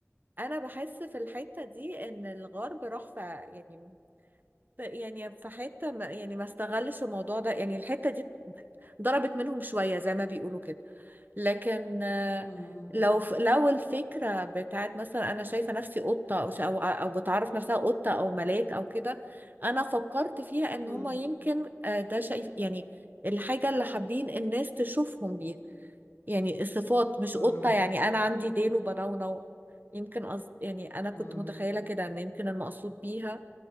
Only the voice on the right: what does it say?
انا بحس في الحتة دي ان الغرب راح في يعني ف- يعني في حتة ما يعني ما استغلش الموضوع ده يعني الحتة دي ضربت منهم شوية زي ما بيقولوا كده لكن آه،
لو ف- لو الفكرة بتاعت مثلا انا شايفة نفسي قطة او ش- او أو بتعرف نفسها قطة او ملاك او كده انا فكرت فيها ان
هما يمكن آه، ده شايف يعني الحاجة اللي حابين الناس تشوفهم بيها يعني الصفات مش
قطة يعني أنا عندي ديل وبنونو يمكن قصد يعني أنا كنت
متخيلة كده إن يمكن المقصود بيها